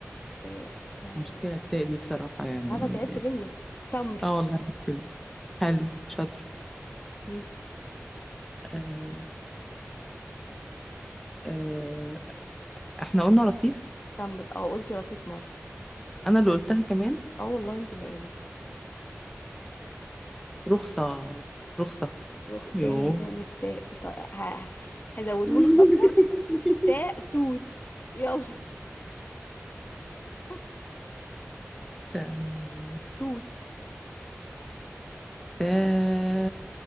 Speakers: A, on the left; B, in the centre.
A: تاء تاء
B: المشكلة التاء دي بصراحة يعني
A: عارفه تعبت منك تمر
B: اه والله مشكلة حلو شاطر
A: مم.
B: آه آه احنا قلنا رصيف
A: تمر اه قلتي رصيف مره
B: انا اللي قلتها كمان
A: اه والله انت اللي قايلاه
B: رخصة رخصة
A: روح
B: يوه
A: تاني بنعمل التاء طيب هزوده
B: <laughs>
A: لك اكتر تاء توت يلا <laughs>
B: آم،
A: توت
B: تا...